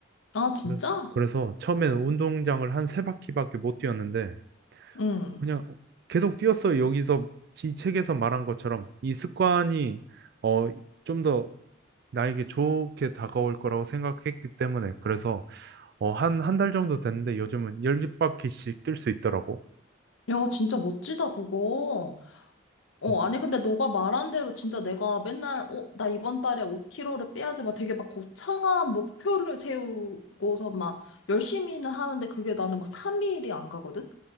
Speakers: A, on the left; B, on the right.
A: 아, 진짜?
B: 그래서, 그래서 처음에는 운동장을 한 세 바퀴밖에 못 뛰었는데,
A: 응.
B: 그냥 계속 뛰었어. 여기서 이 책에서 말한 것처럼 이 습관이, 어, 좀 더 나에게 좋게 다가올 거라고 생각했기 때문에, 그래서 어, 한, 한 달 정도 됐는데 요즘은 10바퀴씩 뛸 수 있더라고.
A: 야, 진짜 멋지다, 그거. 어,
B: 어,
A: 아니, 근데 너가 말한 대로 진짜 내가 맨날, 어, 나 이번 달에 5kg를 빼야지, 막 되게 막 거창한 목표를 세우고서 막 열심히는 하는데 그게 나는 막 3일이 안 가거든?